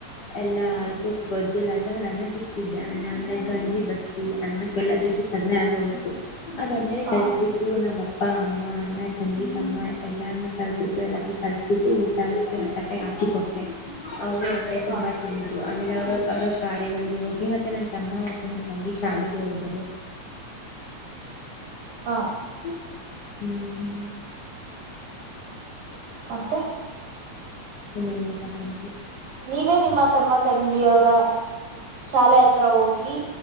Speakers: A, on the left (about 70°); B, on the right (about 70°).
A: ಎಲ್ಲಾ ಆಯ್ತು ಗೊಜ್ಜಲ್ಲ ಆಯ್ತಾಗ ಅನ್ನಕ್ಕೆ ಇಕ್ಕಿದ್ದೆ ಗಂಜಿ ಬ ಅನ್ನಕ್ಕೆಲ್ಲ ಬಿಸಿ ಕಡಿಮೆ ಆಗೋವರೇಗು ಅದಲ್ಲೇ
B: ಹ
A: ಕಲ್ಸಬಿಟ್ಟು ನಮ್ಮ ಅಪ್ಪ ಅಮ್ಮ ಅಣ್ಣ ತಂಗಿ ತಮ್ಮ ಎಲ್ಲಾರ್ನ್ನು ತಲ್ಬಿಟ್ಟು ಎಲ್ಲಾರ್ಗೂ ಕಲ್ಸ್ಬಿಟ್ಟು ಊಟ ತಟ್ಟೆಗೆ ಹಾಕಿ ಕೊಟ್ಟೆ ಅವರು ಹೋಟ್ಟೆ
B: ಹ
A: ತುಂಬಾ ತಿಂದ್ರು ಆಮೇಲೆ ಅವ್ರ ಅವ್ರ ಕಾರ್ಯಗಳಿಗೆ ಹೋಗಿ ಮತ್ತೆ ನನ್ ತಮ್ಮ ಮತ್ತೆ ನನ್ನ ತಂಗಿ ಶಾಲೆಗೆ ಹೋದರು.
B: ಹಾ
A: ಹ ಹ್ಞ ಹ್ಞ
B: ಮೆ
A: ನಿಮನುಲ್ಲತ <unintelligible>
B: ನೀವೇ ನಿಮ್ಮ ತಮ್ಮ ತಂಗಿಯವರ ಶಾಲೆ ಹತ್ರ ಹೋಗಿ